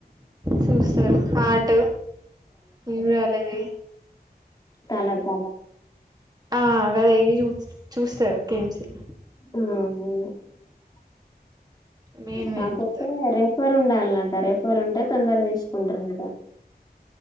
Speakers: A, on the right; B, on the left.
A: చూస్తారు హార్ట్ న్యూరోలజీ
B: తాల తాల
A: ఆ కదా ఇవి చూ చూస్తారు కేఎంసిలో
B: ఉమ్
A: మెయిన్వే
B: కాపోతే
A: చూస్తారు
B: రెఫర్ ఉండాలి లాంటా రెఫెర్ ఉంటే తొందరా తీసుకుంటారటా